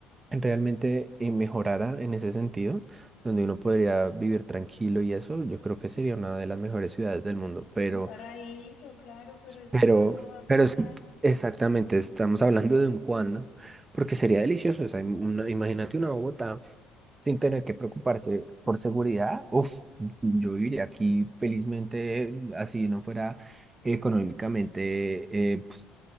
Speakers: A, on the right (about 25°); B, on the left (about 65°).
A: realmente eh, mejorara en ese sentido, donde uno podría vivir tranquilo y eso, yo creo que sería una de las mejores ciudades del mundo, pero...
B: Un paraíso, claro, pero eso
A: Pero,
B: ¿cuándo va a pasar?
A: pero es exactamente, estamos hablando de un cuándo, porque sería delicioso. O sea, im- una- imagínate una Bogotá sin tener que preocuparse por seguridad. Uf, yo viviría aquí felizmente, así no fuera económicamente eh, pues,